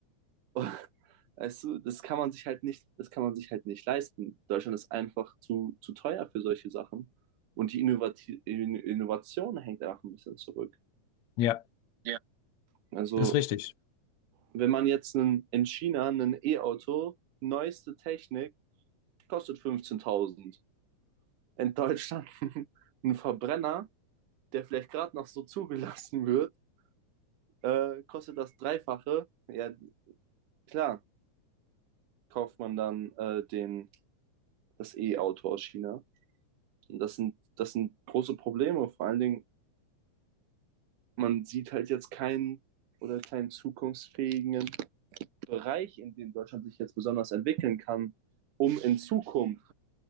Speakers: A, on the right (about 85°); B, on the left (about 65°).
A: <laughs> weißt du, das kann man sich halt nicht, das kann man sich halt nicht leisten. Deutschland ist einfach zu, zu teuer für solche Sachen. Und die Innovati In- Innovation hängt einfach ein bisschen zurück.
B: Ja,
A: Ja. Also
B: das ist richtig.
A: wenn man jetzt einen, in China ein E-Auto, neueste Technik, kostet 15.000. In Deutschland <laughs> ein Verbrenner, der vielleicht gerade noch so zugelassen wird, äh, kostet das Dreifache. Ja, klar, kauft man dann äh, den, das E-Auto aus China. Und das sind, das sind große Probleme. Vor allen Dingen, man sieht halt jetzt keinen oder keinen zukunftsfähigen Bereich, in dem Deutschland sich jetzt besonders entwickeln kann, um in Zukunft